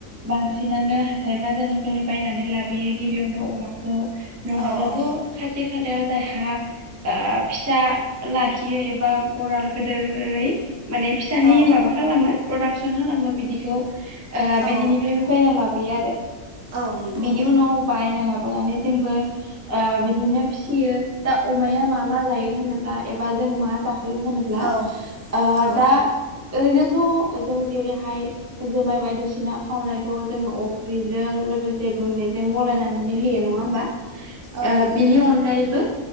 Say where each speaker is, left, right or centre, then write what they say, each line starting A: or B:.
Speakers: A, on the right; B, on the right.
A: बांसिनानो हाथाय बाजारनिफ्राय बायनानै ना लाबोयो गिबियावनो अमाखौ नङाब्लाथ'
B: औ औ
A: खाथि खालायाव जायहा ओ फिसा लाखियो एबा रै माने फिसानि
B: औ
A: माबा खालामो प्रदाक्सन खालामो बिदिखौ ओ बिदिनिफ्रायबो
B: औ
A: बायना लाबोयो आरो
B: औ नंगौ
A: बिनि उनाव बायना लाबोयो लाबोनानै जोंबो बिदिनो फिसियो। अमाया मा मा जायो होनोब्ला एबा जों मा जाखोयो होनोब्ला
B: औ
A: ओ
B: औ
A: दा ओरैनोथ' जों जेरैहाय जुमाय बायदिसिना खावनायखौ जोङो अफ्रिजों लोगोसे गुन्दै जों गलायनानै होयो नङा होमबा
B: औ नंगौ
A: बिनि अनगायैबो